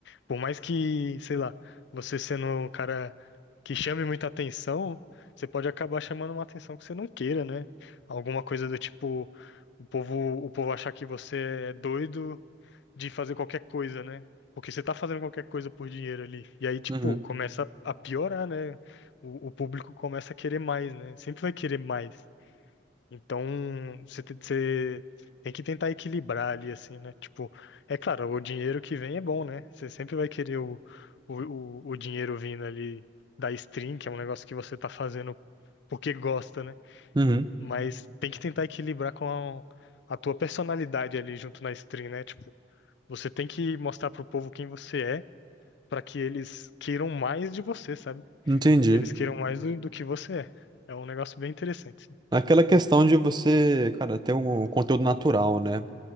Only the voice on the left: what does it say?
Por mais que, sei lá, você sendo um cara que chame muita atenção, você pode acabar chamando uma atenção que você não queira, né? Alguma coisa do tipo, o povo, o povo achar que você é doido de fazer qualquer coisa, né? Porque você tá fazendo qualquer coisa por dinheiro ali. E aí, tipo,
começa a piorar, né? O, o público começa a querer mais, né? Sempre vai querer mais. Então, você te- você tem que tentar equilibrar ali, assim, né? Tipo, é claro, o dinheiro que vem é bom, né? Você sempre vai querer o, o, o o dinheiro vindo ali da stream, que é um negócio que você tá fazendo porque gosta, né?
Mas tem que tentar equilibrar com a, a tua personalidade ali junto na stream, né? Tipo, você tem que mostrar pro povo quem você é, pra que eles queiram mais de você, sabe?
Que eles queiram mais do, do que você é. É um negócio bem interessante.